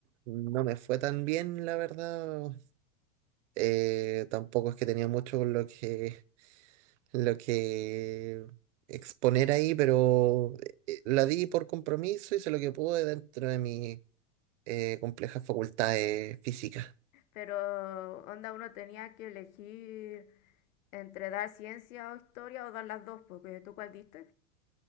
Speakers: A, on the right; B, on the left.
A: no me fue tan bien, la verdad. Eh, tampoco es que tenía mucho con lo que, lo que exponer ahí, pero eh, la di por compromiso, hice lo que pude dentro de mis eh, complejas facultades físicas.
B: Pero, onda, uno tenía que elegir entre dar ciencia o historia o dar las dos, porque tú cuál diste.